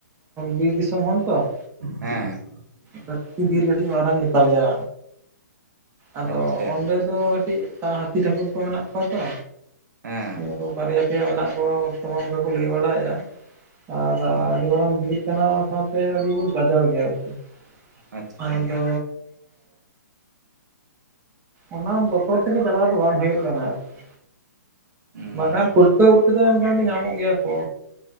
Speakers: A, on the right (about 20°); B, on the right (about 75°).
A: ᱵᱤᱨ ᱫᱤᱥᱚᱢ ᱦᱚᱲ ᱛᱚ᱾
B: ᱦᱮᱸ᱾
A: ᱠᱟᱹᱴᱤᱡ ᱵᱤᱨ ᱠᱟᱹᱴᱤᱡ ᱢᱟᱨᱟᱝ ᱜᱮᱛᱟᱞᱮᱭᱟ᱾ ᱟᱫᱚ
B: ᱟᱪᱪᱷᱟ
A: ᱚᱸᱰᱮ ᱫᱚ ᱠᱟᱹᱴᱤᱡ ᱛᱟ ᱦᱟᱹᱛᱤ ᱴᱷᱟᱹᱠᱩᱨ ᱠᱚ ᱢᱮᱱᱟᱜ ᱠᱚᱣᱟ ᱛᱚ᱾
B: ᱦᱮᱸ
A: ᱛᱚ, ᱵᱟᱨᱭᱟ ᱯᱮᱭᱟ ᱢᱮᱱᱟᱜ ᱠᱚᱣᱟ ᱵᱚᱨᱛᱚᱢᱟᱱ ᱨᱮᱠᱚ ᱞᱟᱹᱭ ᱵᱟᱲᱟᱭᱮ-ᱟ᱾ ᱟᱨ
B: ᱚ
A: ᱟᱹᱰᱤ ᱵᱟᱨᱟᱝ ᱵᱤᱨ ᱠᱟᱱᱟ ᱚᱱᱟ ᱥᱟᱶᱛᱮ ᱟᱹᱰᱤ ᱵᱤᱨ ᱜᱟᱡᱟᱲ ᱜᱮᱭᱟ ᱟᱨᱠᱤ᱾
B: ᱟᱪᱪᱷᱟ
A: ᱟᱫᱚᱻ ᱚᱱᱟ ᱵᱚᱛᱚᱨ ᱛᱮᱜᱮ ᱪᱟᱞᱟᱣ ᱫᱚ ᱵᱟᱝ ᱦᱩᱭᱩᱜ ᱠᱟᱱᱟ ᱟᱨᱠᱤ
B: ᱦᱩᱸ
A: ᱵᱟᱠᱷᱟᱱ ᱯᱨᱚᱛᱮᱠ ᱫᱚ ᱢᱚᱴᱟᱢᱩᱴᱤ ᱧᱟᱢᱮᱫ ᱜᱮᱭᱟ ᱠᱚ᱾